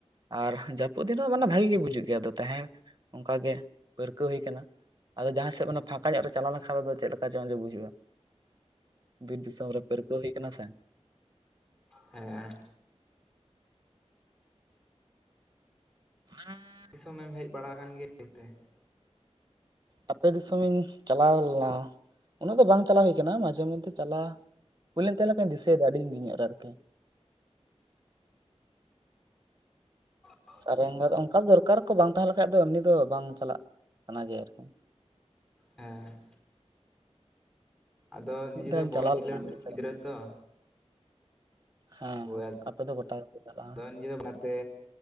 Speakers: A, on the right; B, in the centre.
A: ᱟᱨ ᱡᱟᱹᱯᱩᱫ ᱫᱤᱱ ᱦᱚᱸ ᱢᱟᱱᱮ ᱵᱷᱟᱹᱜᱤ ᱜᱮ ᱵᱩᱡᱩᱜ ᱜᱮᱭᱟ ᱟᱫᱚ ᱛᱟᱦᱮᱸ ᱚᱱᱠᱟᱜᱮ ᱯᱟᱹᱨᱠᱟᱹᱣ ᱦᱩᱭ ᱠᱟᱱᱟ᱾ ᱟᱫᱚ ᱡᱟᱦᱟᱸ ᱥᱮᱫ ᱚᱱᱟ ᱯᱷᱟᱸᱠᱟ ᱧᱚᱜ ᱨᱮ ᱪᱟᱞᱟᱣ ᱞᱮᱱᱠᱷᱟᱱᱫᱚ ᱪᱮᱫ ᱞᱮᱠᱟ ᱪᱚᱝ ᱚᱸᱡᱚ ᱵᱩᱡᱷᱩᱜᱼᱟ᱾ ᱵᱤᱨ ᱫᱤᱥᱚᱢ ᱨᱮ ᱯᱟᱹᱨᱠᱟᱹᱣ ᱦᱩᱭ ᱠᱟᱱᱟᱟᱱᱟ ᱥᱮ
B: ᱦᱮᱸ
A: <inaudible>
B: ᱫᱤᱥᱚᱢᱮ ᱮᱢ ᱦᱮᱡ ᱵᱟᱲᱟ ᱟᱠᱟᱱ ᱜᱮᱭᱟ? <unintelligible>
A: ᱟᱯᱮ ᱫᱤᱥᱚᱢ ᱤᱧ ᱪᱟᱞᱟᱣ ᱞᱮᱱᱟ ᱩᱱᱟᱹᱜ ᱫᱚ ᱵᱟᱝ ᱪᱟᱞᱟᱣ ᱦᱩᱭ ᱟᱠᱟᱱᱟ ᱢᱟᱡᱷᱮ ᱢᱚᱫᱽᱫᱷᱮ ᱪᱟᱞᱟᱜ ᱵᱳᱞᱮᱱ ᱛᱟᱦᱮᱸᱱ ᱞᱮᱠᱟᱧ ᱫᱤᱥᱟᱹᱭᱮᱫᱟ ᱟᱹᱰᱤ ᱫᱤᱱ ᱧᱚᱜ ᱨᱮ ᱟᱨᱠᱤ
B: ᱚ᱾
A: ᱥᱟᱨᱮᱧᱜᱟ ᱫᱚ ᱚᱱᱠᱟ ᱫᱚᱨᱠᱟᱨ ᱠᱚ ᱵᱟᱝ ᱛᱟᱦᱮᱸ ᱞᱮᱠᱟᱱᱡ ᱫᱚ ᱮᱢᱱᱤ ᱫᱚ ᱵᱟᱝ ᱪᱟᱞᱟᱜ ᱥᱟᱱᱟ ᱜᱮᱮᱭᱟ ᱟᱨᱠᱤ
B: ᱦᱮᱸ ᱟᱫᱚ ᱱᱤᱡᱮ
A: ᱢᱤᱫ ᱫᱷᱟᱣ
B: ᱫᱚ
A: ᱤᱧ
B: ᱵᱚᱞ
A: ᱪᱟᱞᱟᱣ
B: ᱠᱷᱮᱞᱳᱰ
A: ᱞᱮᱱᱟ ᱢᱤᱫ ᱥᱮᱨᱢᱟ
B: ᱜᱤᱫᱽᱨᱟᱹ ᱛᱚ
A: ᱦᱮᱸ
B: ᱦᱳᱭ
A: ᱟᱯᱮ ᱫᱚ ᱜᱚᱴᱟ ᱜᱮᱯᱮ ᱪᱟᱞᱟᱜᱼᱟ᱾
B: ᱟᱫᱚ ᱫᱚ ᱱ ᱜᱟᱹ ᱚᱱᱟᱛᱮ